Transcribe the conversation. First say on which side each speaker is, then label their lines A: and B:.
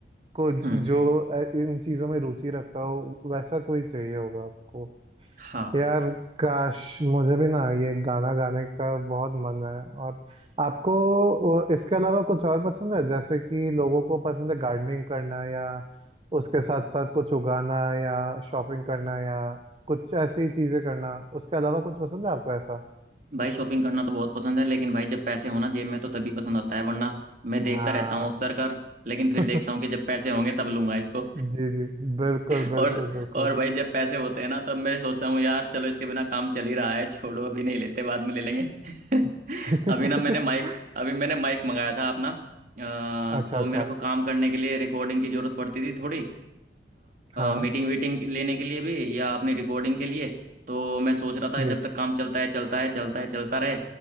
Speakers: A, on the right; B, on the right.
A: को
B: हम्म
A: जो अ, इन चीज़ों में रुचि रखता हो वैसा कोई चाहिए होगा आपको
B: हाँ
A: यार काश मुझे भी ना ये गाना गाने का बहुत मन है और आपको वो, इसके अलावा कुछ और पसंद है जैसे कि लोगों को पसंद है गार्डनिंग करना या उसके साथ साथ कुछ उगाना या शॉपिंग करना या कुछ ऐसी चीजें करना उसके अलावा कुछ पसंद है आपको ऐसा
B: भाई शॉपिंग करना तो बहुत पसंद है लेकिन भाई जब पैसे होना जेब में तो तभी पसंद आता है वरना मैं देखता
A: हाँ
B: रहता हूँ अक्सर कर लेकिन
A: <laughs>
B: फिर देखता हूँ कि जब पैसे होंगे तब लूंगा इसको
A: जी जी बिल्कुल
B: <laughs>
A: बिल्कुल
B: और
A: बिल्कुल
B: और भाई जब पैसे होते हैं ना तब मैं सोचता हूँ यार चलो इसके बिना काम चल ही रहा है छोड़ो अभी नहीं लेते बाद में ले लेंगे <laughs>
A: <laughs>
B: अभी ना मैंने माइक अभी मैंने माइक मंगाया था अपना अ,
A: अच्छा
B: तो
A: अच्छा
B: मेरे को काम करने के लिए रिकॉर्डिंग की जरूरत पड़ती थी थोड़ी
A: हाँ
B: मीटिंग वीटिंग लेने के लिए भी या अपनी रिकॉर्डिंग के लिए तो मैं सोच रहा था
A: जी
B: कि जब तक काम चलता है चलता है चलता है चलता रहे